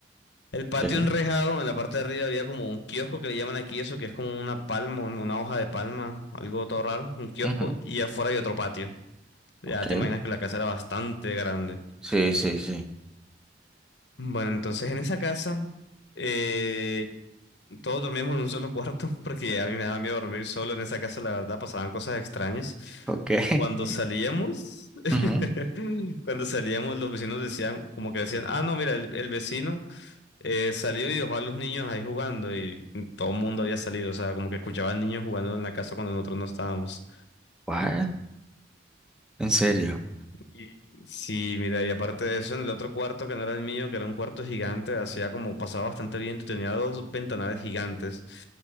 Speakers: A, on the left; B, in the centre.
A: El patio
B: ok,
A: enrejado, en la parte de arriba había como un kiosco que le llaman aquí eso, que es como una palma, un- una hoja de palma, algo todo raro, un kiosco,
B: ujú,
A: y afuera hay otro patio. Ya
B: ok,
A: te imaginas que la casa era bastante grande.
B: sí, sí, sí,
A: Bueno, entonces en esa casa eh, todos dormíamos en un solo cuarto <laughs> porque a mí me daba miedo dormir solo en esa casa, la verdad, pasaban cosas extrañas.
B: ok, <laughs>
A: Cuando salíamos, <laughs>
B: ujú,
A: cuando salíamos los vecinos decían, como que decían, ah, no, mira, el, el vecino eh, salió y dejó a los niños ahí jugando y todo el mundo había salido, o sea, como que escuchaban niños jugando en la casa cuando nosotros no estábamos.
B: what? ¿En serio?
A: Y- Sí, mira, y aparte de eso, en el otro cuarto que no era el mío, que era un cuarto gigante, hacía como pasaba bastante viento, y tenía dos ventanales gigantes.